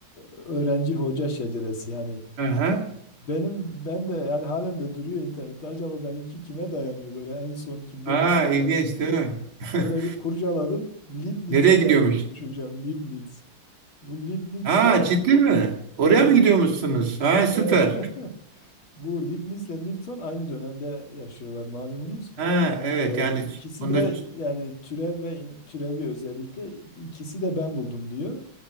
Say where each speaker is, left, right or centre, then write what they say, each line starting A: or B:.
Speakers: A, on the left; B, on the right.
A: öğrenci hoca şeceresi yani
B: Aha.
A: benim ben de yani halen de duruyor internette acaba benimki kime dayanıyor böyle en son kimde
B: Ha
A: bitiyor
B: ilginç
A: falan diye.
B: değil mi? <laughs>
A: Böyle bir kurcaladım. Leibniz'e
B: Nereye gidiyormuş?
A: dayanıyormuş hocam. Leibniz. Bu Leibniz
B: Ha
A: de
B: ciddi mi? Oraya
A: evet.
B: mı gidiyormuşsunuz? Ha süper.
A: <laughs> Bu Leibniz'le Newton aynı dönemde yaşıyorlar malumunuz.
B: Ha evet
A: Ee,
B: yani
A: ikisi
B: onda
A: de yani türev ve in- türevi özellikle ikisi de ben buldum diyor.